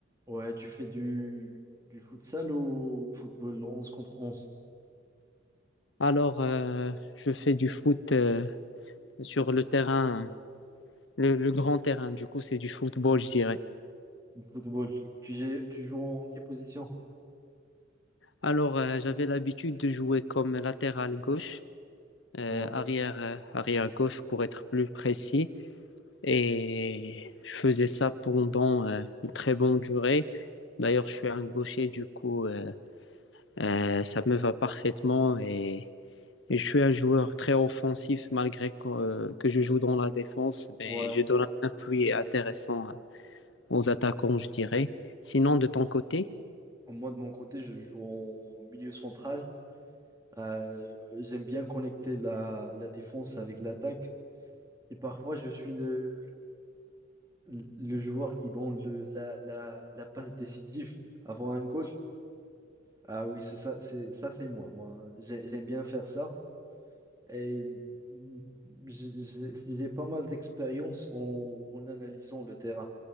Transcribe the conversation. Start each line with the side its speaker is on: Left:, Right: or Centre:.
Right: Ouais, tu fais du, du futsal ou football onze contre onze
Left: Alors, euh, je fais du foot euh, sur le terrain, le, le grand terrain. Du coup, c'est du football, je dirais.
Right: Du football. Tu, gé- tu joues en quelle position?
Left: Alors, euh, j'avais l'habitude de jouer comme latéral gauche, euh,
Right: Ouais,
Left: arrière, euh, arrière gauche pour être plus précis. Et je faisais ça pendant euh, une très bonne durée. D'ailleurs, je suis un gaucher, du coup, euh, euh, ça me va parfaitement. Et, et je suis un joueur très offensif, malgré que, euh, que je joue dans la défense. Mais
Right: ouais.
Left: je donne un appui intéressant euh, aux attaquants, je dirais. Sinon, de ton côté,
Right: Moi, de mon côté, je joue en milieu central. Euh, j'aime bien connecter la, la défense avec l'attaque. Et parfois, je suis le, le, le- joueur qui donne le, la, la, la passe décisive avant un goal. Ah oui, c'est ça, c'est ça, c'est moi. Moi, j'ai- j'aime bien faire ça. Et mm, j'ai j'ai- j'ai pas mal d'expérience en, en analysant le terrain.